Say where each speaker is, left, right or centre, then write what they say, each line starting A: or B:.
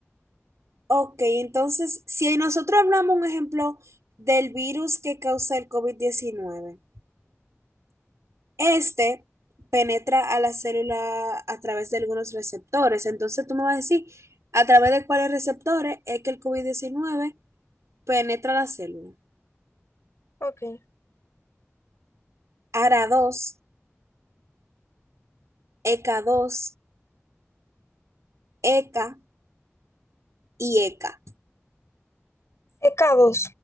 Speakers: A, on the right; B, on the left.
A: Ok, entonces, si nosotros hablamos un ejemplo del virus que causa el covid diecinueve, este penetra a la célula a través de algunos receptores. Entonces tú me vas a decir, ¿a través de cuáles receptores es que el covid diecinueve penetra la célula?
B: Ok.
A: ARA2, ECA2, ECA y ECA.
B: E K dos.